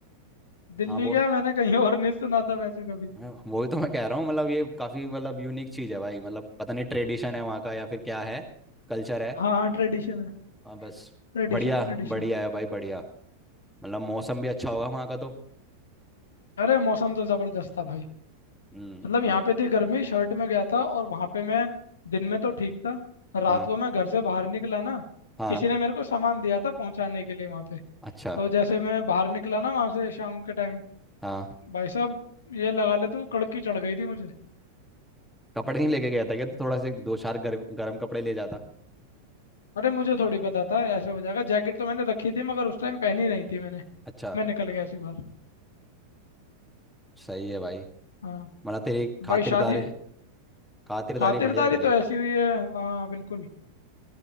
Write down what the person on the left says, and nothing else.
दिल्ली
क्या मैंने कहीं और नहीं सुना था वैसे कभी
हाँ हाँ ट्रेडिशन है
ट्रेडिशन
ट्रेडिशन
अरे मौसम तो जबरदस्त था भाई
मतलब यहाँ
पे थी गर्मी शर्ट में गया था और वहां पे मैं दिन में तो ठीक था रात
को मैं घर से बाहर निकला ना
किसी ने मेरे को सामान दिया था पहुंचाने के लिए वहां पे
तो जैसे मैं बाहर निकला ना वहां से शाम के टाइम
भाई साहब ये लगा ले तू कड़की चढ़ गई थी मुझे
अरे मुझे थोड़ी पता था ऐसे हो जाएगा जैकेट तो मैंने रखी थी मगर उस टाइम पहनी नहीं थी मैंने
मैं निकल गया ऐसी बाहर
हाँ
भाई शादी
खातिरदारी
तो ऐसी हुई है हाँ बिल्कुल